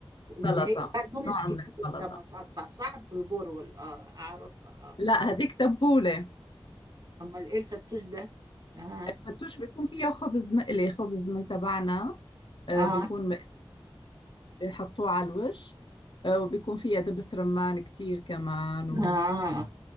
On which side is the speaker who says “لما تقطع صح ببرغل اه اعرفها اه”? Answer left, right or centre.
Right